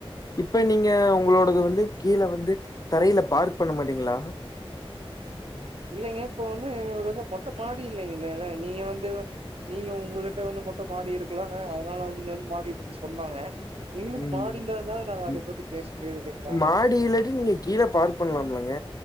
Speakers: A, on the left; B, on the right.
A: இப் ப நீங்க உங்களோடது வந்து கீழ வந்து தரையில பார்க் பண்ண மாட்டீங்களா
B: இல்லைங்க இப்ப வந்து எங்களுது வந்து மொட்ட மாடி இல்லைங்கல்ல நீங்க வந்து நீங்க உங்ககிட்ட வந்து மொட்ட மாடி இருக்கலாங்க அதனால நீங்க வந்து மாடிய பத்தி சொல்லாங்க எங்ளுக்கு
A: ம்.
B: மாடி இல்லாதனால நாங்க
A: ம்.
B: அதை பத்தி பேச முடியாது இல்லைங்களா
A: மாடி இல்லாட்டி நீங்க கீழ பார்க் பண்லாம் இல்லங்க